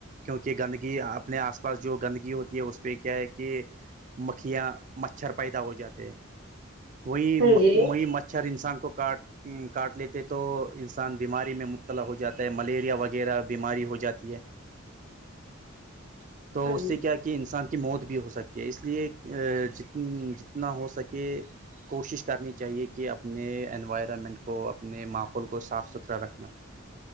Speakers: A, on the right; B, on the right.
A: کیونکہ گندگی اپنے آس پاس جو گندگی ہوتی ہے اس پہ کیا ہے کہ مکھیاں مچھر پیدا ہو جاتے ہیں وہی
B: ہاں جی
A: وہی مچھر انسان کو کاٹ کاٹ لیتے تو انسان بیماری میں مبتلا ہو جاتا ہے ملیریا وغیرہ بیماری ہو جاتی ہے
B: <inaudible>
A: تو اس
B: جی
A: سے کیا کہ انسان کی موت بھی ہو سکتی ہے اس لیے جت جتنا ہو سکے کوشش کرنی چاہیے کہ اپنے انوائرن ورنمن ہ میں <unintelligible> اپنے ماحول کو صاف ستھرا رکھنا